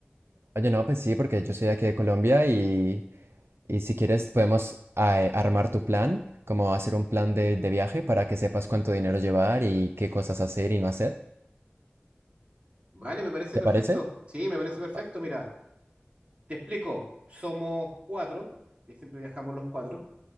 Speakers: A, on the right (about 75°); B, on the right (about 30°).
A: oye, no, pues sí, porque yo soy de aquí de Colombia y, y si quieres podemos ah, eh, armar tu plan, como hacer un plan de, de viaje para que sepas cuánto dinero llevar y qué cosas hacer y no hacer.
B: Vale, me parece
A: ¿Te
B: perfecto.
A: parece?
B: Sí, me parece perfecto.
A: Ah,
B: Mira, te explico. Somos cuatro, y siempre viajamos los cuatro.